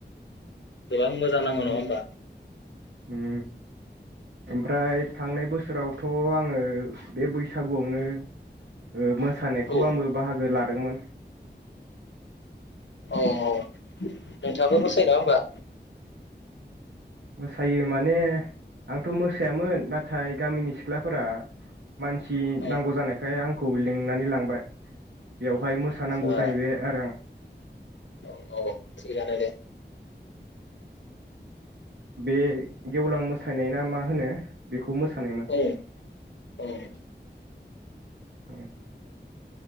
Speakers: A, on the left; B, on the right.
A: गोबां मोजां नाङौ
B: उम
A: नङा होमबा?
B: उम ओमफ्राय थांनाय बोसोरावथ' आङो बे बैसागुआवनो ओ मोसानायखौ
A: औ
B: आंबो बाहागो लादोंमोन।
A: औ औ नोंथां आथ मोसायो नङा होमबा?
B: मोसायो माने आंथ' मोसायामोन नाथाय गामिनि सिख्लाफोरा मानसि
A: औ
B: नांगौ जानायखाय आं खौ लिंनानै लांबाय बेवहाय मोसानांगौ
A: आदसा
B: जाहैबाय आरो आं।
A: औ औ थिगानो दे
B: बे गेवलां मोसानाय ना मा होनो खौ मोसानायमोन
A: औ औ